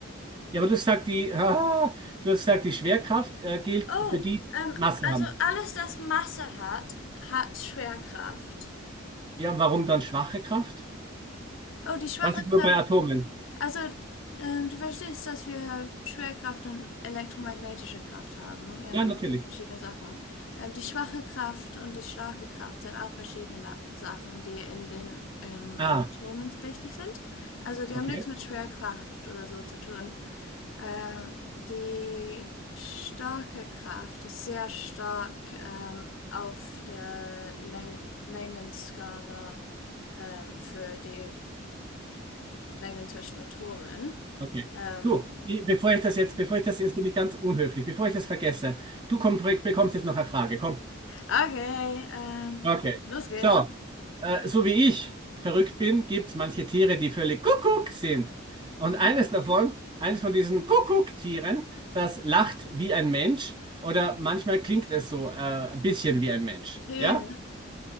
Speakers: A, on the right (about 25°); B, on the left (about 70°).
A: Ja, aber du hast gesagt, die, <laughs> ah, du hast gesagt, die Schwerkraft, äh, gilt
B: Oh,
A: für die, die
B: ähm,
A: Masse
B: also
A: haben.
B: alles, das Masse hat, hat Schwerkraft.
A: Ja, und warum dann schwache Kraft?
B: Oh, die schwache
A: Das ist
B: Kraft
A: nur bei Atomen.
B: Also, ähm, du verstehst, dass wir Schwerkraft und elektromagnetische Kraft haben, ja,
A: Ja,
B: und
A: natürlich.
B: das sind verschiedene Sachen. Ähm, die schwache Kraft und die starke Kraft sind auch verschiedene Na- Sachen, die in den ähm,
A: Ah,
B: Atomen wichtig sind. Also, die
A: okay,
B: haben nichts mit Schwerkraft oder so zu tun. Ähm, die starke Kraft ist sehr stark ähm, auf der Läng Längenskala ähm, für die Längen zwischen Atomen.
A: okay.
B: Ähm,
A: Du, i- bevor ich das jetzt, bevor ich das jetzt bin ich ganz unhöflich, bevor ich das vergesse, du komm, bekommst jetzt noch eine Frage. Komm.
B: okay, ähm,
A: Okay.
B: los geht's.
A: So, äh, so wie ich verrückt bin, gibt es manche Tiere, die völlig Kuckuck sind. Und
B: Mhm.
A: eines davon, eines von diesen Kuckuck-Tieren, das lacht wie ein Mensch oder manchmal klingt es so äh, ein bisschen wie ein Mensch.
B: Hygiene.
A: Ja?